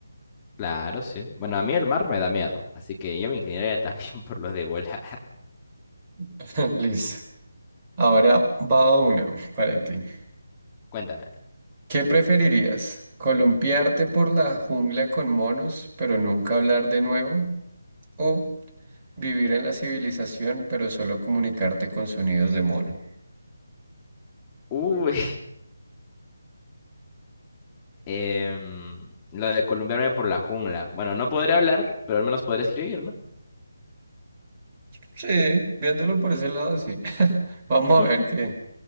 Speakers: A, on the left; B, on the right.
A: Claro, sí. Bueno, a mí el mar me da miedo, así que yo me inclinaría también <laughs> por lo de volar.
B: <laughs> Listo. Ahora va una para ti.
A: Cuéntame.
B: ¿Qué preferirías? ¿Columpiarte por la jungla con monos, pero nunca hablar de nuevo? ¿O vivir en la civilización, pero solo comunicarte con sonidos de mono?
A: Uy, <laughs> em, lo de columpiarme por la jungla. Bueno, no podré hablar, pero al menos podré escribir, ¿no?
B: Sí, viéndolo por ese lado, sí. <laughs> Vamos
A: <laughs>
B: a ver qué,